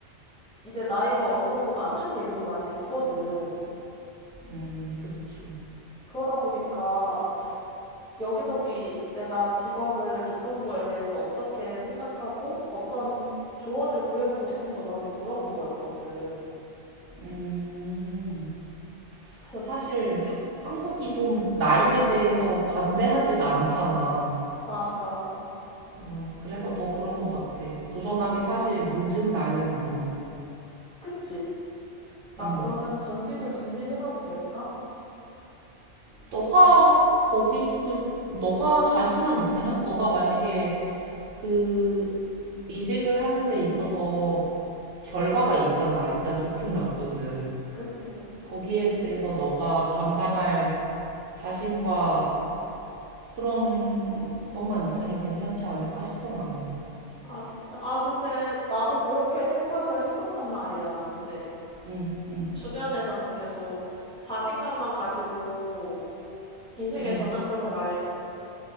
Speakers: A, in the centre; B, on the right.
A: 이제 나이가 어느 정도 많다는 얘기도 많이 듣거든.
B: 음, 그치.
A: 그러다 보니까 여기저기 내가 직업을 바꾸는 거에 대해서 어떻게 생각하고 어떤 조언을 구해보고 싶어서 너한테 물어본 거였거든.
B: 음,
A: 그래서
B: 사실 하- 한국이 좀 나이에 대해서 관대하지가 않잖아.
A: 맞아.
B: 어, 그래서 더 그런 것 같아. 도전하기 사실 늦은 나이는 아닌데.
A: 그치? 나
B: 음,
A: 그러면 전직을 준비해봐도 될까?
B: 너가 거기 그 너가 자신만 있으면 너가 만약에 그 이직을 하는 데 있어서 결과가 있잖아. 일단 좋든 나쁘든.
A: 그치, 그치.
B: 거기에 대해서 너가 감당할 자신과 그런 것만 있으면 괜찮지 않을까 싶어 나는.
A: 아, 진짜. 아, 근데 나도 그렇게 생각을 했었단 말이야. 근데
B: 응, 응,
A: 주변에서는 계속 자신감만 가지고 인생의
B: 응,
A: 전환점을 말